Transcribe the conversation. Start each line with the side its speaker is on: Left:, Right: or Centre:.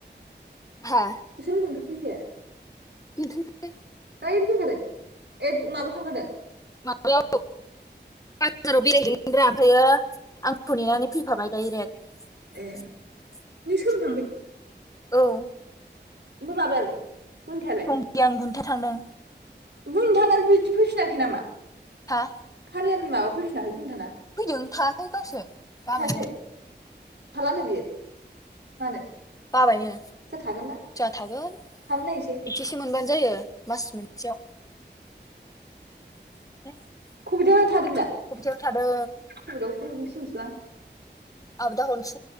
Left: हा
Right: होजोंनिफ्राय <unintelligible> <unintelligible>
Left: बेनोथ'
Right: दा बेबो फैफादों, ए माबा थांफादों?
Left: माबायाव <unintelligible> बाजाराव बेरायहैदोंमोनब्रा ओमफ्रायायो आंखौ नेनानै फैफाबाय डायरेक्ट,
Right: ए नों सोरजों
Left: औ।
Right: आमफ्राय माबायालाय। गुनिथायालाय
Left: सिंगिं, आं, गुनथा थांदों।
Right: गुनथाना बिदि फैफिनाखै नामा? <unintelligible>
Left: हा
Right: माबा फैफिनाखै गुनिथाना
Left: फैदों थायाखै गावसो बाबायनो।
Right: थायासै थालानो बियो, मानो?
Left: बाबायनो
Right: दा थागोन ना
Left: जाहा थागोन
Right: थानो नायनोसै
Left: एसेसो मोनबानो जायो मास मोनसेयाव। <unintelligible>
Right: खुबिथा थादों दा हुदों
Left: सप्तायाव थादों
Right: फुंबुंसि थैनोसैलां
Left: आबो दा हनस